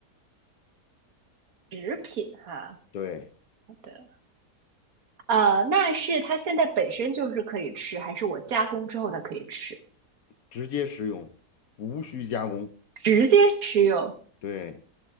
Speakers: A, on the right; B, on the left.
A: <laughs> 食品哈，
B: 对，
A: 好的。呃，那是它现在本身就是可以吃，还是我加工之后它可以吃？
B: 直接食用，无需加工，
A: 直接食用，
B: 对，